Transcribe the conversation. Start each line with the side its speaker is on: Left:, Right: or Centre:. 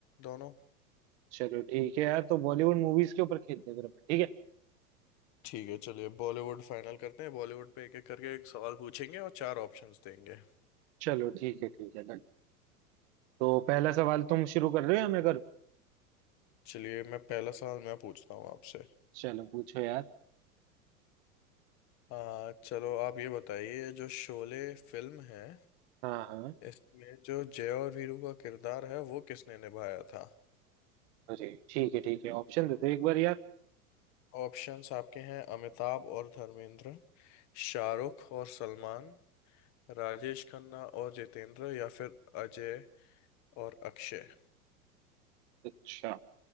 Left: दोनों
Right: चलो ठीक है यार तो बॉलीवुड मूवीज के ऊपर खेलते हैं फिर अपन ठीक है
Left: ठीक है चलिए बॉलीवुड फाइनल करते हैं बॉलीवुड पे एक एक करके एक सवाल पूछेंगे और चार ऑप्शंस देंगे
Right: चलो ठीक है ठीक है डन तो पहला सवाल तुम शुरू कर रहे हो या मैं करूँ
Left: चलिए मैं पहला सवाल मैं पूछता हूँ आपसे
Right: चलो पूछो यार
Left: आ चलो आप ये बताइए जो शोले फिल्म है
Right: हाँ हाँ
Left: इसमें जो जय और वीरू का किरदार है वो किसने निभाया था
Right: अरे ठीक है ठीक है ऑप्शन देते एक बार यार
Left: ऑप्शंस आपके हैं अमिताभ और धर्मेंद्र शाहरुख और सलमान राजेश खन्ना और जितेंद्र या फिर अजय और अक्षय
Right: अच्छा